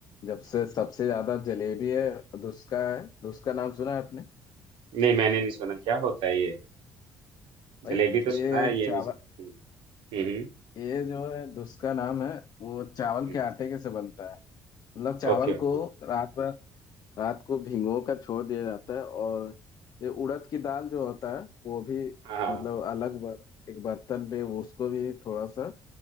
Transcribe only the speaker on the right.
नहीं मैंने नहीं सुना क्या होता है ये
जलेबी तो
सुना है ये
नहीं सुन- हम्म हम्म
हम्म,
ओके ओके
हाँ हाँ,